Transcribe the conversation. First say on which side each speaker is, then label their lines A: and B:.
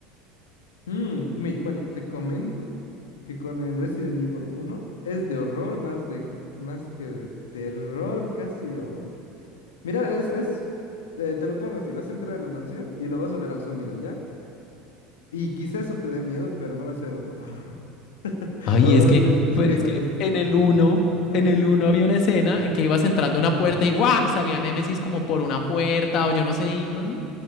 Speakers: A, on the left; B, on the left.
A: Mm, mi- bueno, te comento que con el Resident Evil uno es de horror más de más que de terror casi o mira, es es eh, te lo pongo así, vas a entrar a la mansión y lo vas a ver al zombie de allá y quizá eso te dé miedo, pero no va a ser un "Guau".
B: Ay,
A: O
B: es que,
A: un
B: pero
A: screamer
B: es que
A: de ese estilo.
B: en el uno
A: Ajá.
B: en el uno había una escena en que ibas entrando a una puerta y ¡guau! salía Nemesis como por una puerta o yo no sé, y uno ¡no!